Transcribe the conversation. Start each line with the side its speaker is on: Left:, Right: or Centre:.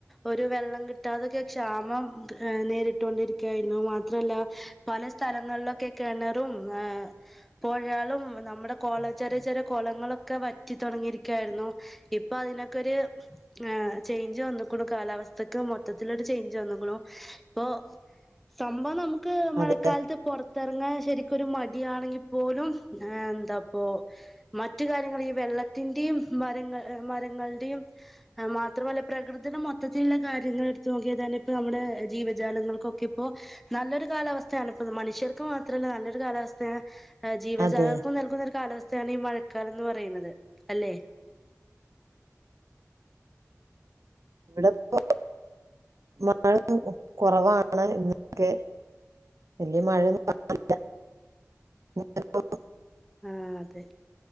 Centre: ഓര് വെള്ളം കിട്ടാതക്കെ ക്ഷാമം നേരിട്ടോണ്ടിരിക്കുവായിരുന്നു മാത്രവല്ല പല സ്ഥലങ്ങളിലൊക്കെ കെണറും ഏ പൊഴകളും നമ്മടെ കൊള നമ്മടെ ചെറിയ ചെറിയ കൊളങ്ങളൊക്കെ വറ്റി തുടങ്ങിയിരിക്കുവാരുന്നു. ഇപ്പ അതിനൊക്കൊരു ആ ചേഞ്ച് വന്നിക്കണു കാലാവസ്ഥക്ക് മൊത്തത്തിലൊരു ചേഞ്ച് വന്നിക്കണു ഇപ്പൊ സംഭവം നമു ക്ക് മഴക്കാലത്ത്
Right: അതെ
Centre: പൊറത്തിറങ്ങാൻ ശെരിക്കൊരു മ ടിയാണെകിൽ പോലും എന്താപ്പോ മറ്റ് കാര്യങ്ങൾ ഈ വെള്ളത്തിന്റെയും മരങ്ങ മരങ്ങൾടേയും മാത്രമല്ല പ്രെകൃതിയുടെ മൊത്തത്തിൽ ഉള്ള കാര്യങ്ങൾ എടുത്ത് നോക്കിയാത്തന്നെ ഇപ്പ നമ്മടെ ജീവജാലങ്ങൾക്കൊക്കെ ഇപ്പോ നല്ലൊരു കാലാവസ്ഥയാണിപ്പോ മനുഷ്യർക്ക് മാത്രമല്ല നല്ലൊരു കാലാവസ്ഥയാണ് ഏ ജീവജാലങ്ങൾക്കും
Right: അതെ
Centre: നിൽക്കുന്നൊരു കാലാവസ്ഥയാണ് ഈ മഴക്കാലം എന്ന് പറയുന്നത് അല്ലേ
Right: ഇവിടിപ്പോ മഴ കൊറവാണ് ഇന്നൊക്കെ വെല്ല്യ മഴയൊന്നും കാണാനില്ല <unintelligible>
Centre: ആ അതെ